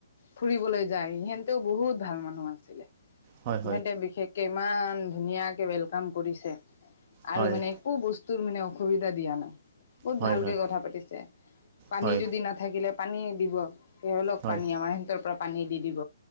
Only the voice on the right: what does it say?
হয়
হয়
হয়
হয়
হয়
হয়